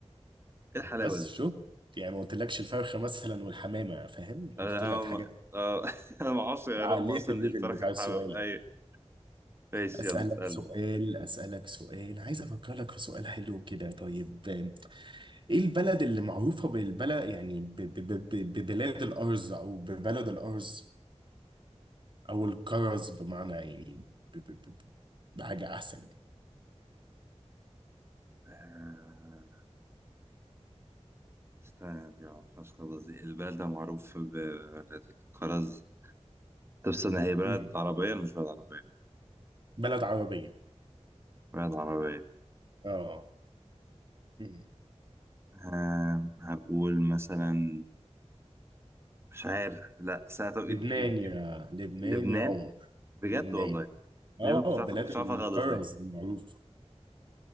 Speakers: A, on the right (about 20°); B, on the right (about 45°).
A: ايه الحلاوة
B: بس
A: دي
B: شوف يعني ما قلتلكش الفرخة مثلا والحمامة فاهم قلت
A: انا انا
B: لك حاجات
A: ما- آه، <laughs> انا
B: كتير.
A: ما اعرفش يا
B: عليت
A: رقم اصلا
B: الليفل
A: الفرخة
B: بتاع
A: والحبة
B: السؤال
A: ايوه ماشي
B: أسألك
A: يلا اسأل
B: سؤال أسألك سؤال عايز أفكر لك في سؤال حلو كده طيب إيه البلد اللي معروفة بالبلد يعني ب- ب- ب- ب- ببلاد الأرز أو ببلد الأرز أو الكرز بمعنى يعني ب- ب- ب- ب- بحاجة أحسن يعني
A: آه. استنى دي معرفهاش خالص دي البلد ده معروف ببلد الكرز طب استنى هي بلد
B: مم.
A: عربية ولا مش بلد عربية؟
B: بلد عربية
A: بلد عربية
B: آه مم.
A: آم، هقول مثلا مش عارف لا استنى طب
B: لبنان
A: إد إد
B: يا
A: إد
B: لبنان
A: لبنان
B: يا عمر
A: بجد
B: لبنان
A: والله
B: آه
A: ليه ما كنتش عارف
B: بلاد
A: كنت
B: الكرز
A: عارفها خالص دي
B: المعروفة